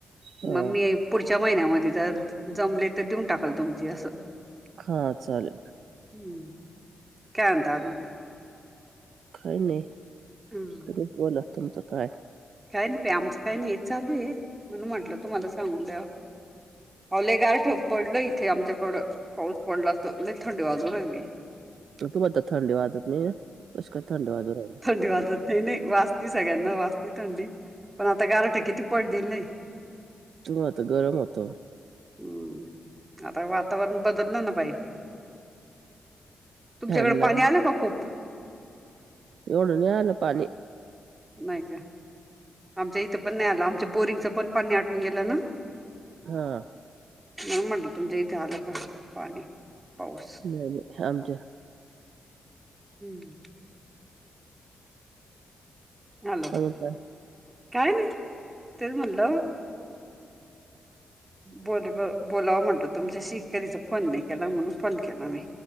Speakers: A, on the right (about 70°); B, on the right (about 20°).
A: हा
B: मग मी. पुढच्या महिन्यामध्ये जर जमले तर देऊन टाकाल तुमची असं.
A: हा चालेल.
B: हम्म कय द ू
A: खाय नाही.
B: हम्
A: तुम्ही बोला तुमचं काय?
B: काही नाही प आमचं काही नाही हे चालू आहे म्हण म्हटलं तुम्हाला सांगून दयावा पावले गार ठोक पडलं इथे आमच्याकडं पाऊस पडला तर नाही थंडी वाजू राहिली.
A: तुम्हाला तर थंडी वाजत नाही कशी काय थंडी वाजून राहि.
B: धन्यवाद! नाही नाही वाचती सगळ्यांना वाचती थंडी पण आता गारठ किती पडलेली नाही.
A: तू्हाता गरम होतो.
B: ह्म आता वातावरण बदललं ना बाई तुमच्याकडे
A: फॅन लावून
B: पाणी आलं का खूप.
A: एवढं नाही आलं पाणी.
B: नाही का आमच्या इथं पण नाही आलं आमच्या बोरिंगच पण पाणी आटून गेलं ना,
A: हा
B: मग म्हटलं तुमच्या इथे आलं का पाणी पाऊस
A: नाही नाही आमच्या
B: हम्म हॅलो
A: अजून काय
B: काय नाही ते म्हणल बोल ब बोलावं म्हटलं तुमच्याशी कधीचा फोन नाही केला म्हणून फोन केला मी.